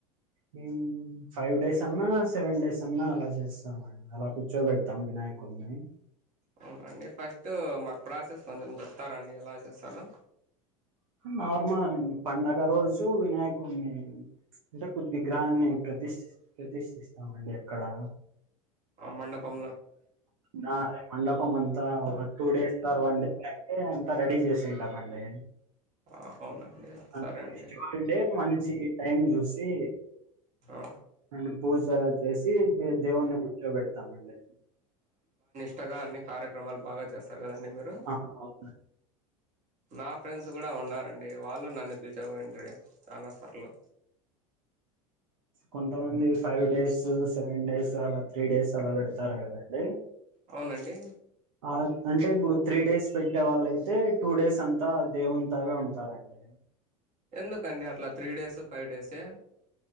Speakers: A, on the right (about 80°); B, on the right (about 45°).
A: హుమ్మ్ ఫైవ్ డేస్ అన్నా, సెవెన్ డేస్ అన్నా, అలా జేస్తమాండ్ అలా కూర్చోబెడతాం వినాయక్ కొన్నాయ్
B: అవునండి. ఫస్ట్ మాకు ప్రాసెస్ కొంచెం చెప్తారండి, ఎలా చేస్తారో.
A: నార్మల్ అండి. పండగ రోజు వినాయకుడిని అంటే కొద్దీ విగ్రహన్ని ప్రత్ దీష్ ప్రతిష్ఠిస్తామండి. అక్కడా
B: ఆవ్ మండపం
A: నా మండపం అంతా ఒక్క టూ డేస్ తర్వాన్డ్ ఎందుకంటే ఇంకా రెడీ జేస్తుటామాండే
B: ఆ అవునండి
A: అంట్
B: సరే అండి
A: నెక్స్ట్ హాల్ డే మంచి ఈ టైం జూసి
B: ఓ
A: అండ్ పూజ జేసి దే దేవుణ్ణి కూర్చోబెడతామండి.
B: కొత్తగా అన్ని కార్యక్రమాలు బాగా చేసారు కదండి మీరు
A: ఆ అవును
B: నా ఫ్రెండ్స్ కూడా ఉన్నారండి. వాళ్ళు నన్ను పీల్చపోయింట్రీ చానా సార్లు
A: కొంతమంది ఫైవ్ డేస్, సెవెన్ డేస్, అలా త్రీ డేస్ అలా పెడతారు కదండి.
B: అవునండి.
A: పాద్ అంటే ఇప్పుడు త్రీ డేస్ పెట్టే వాళ్ళైతే, టూ డేస్ అంతా దేవుంతావే ఉంటారండి.
B: ఎందుకండి అట్లా త్రీ డేస్, ఫైవ్ డేసే.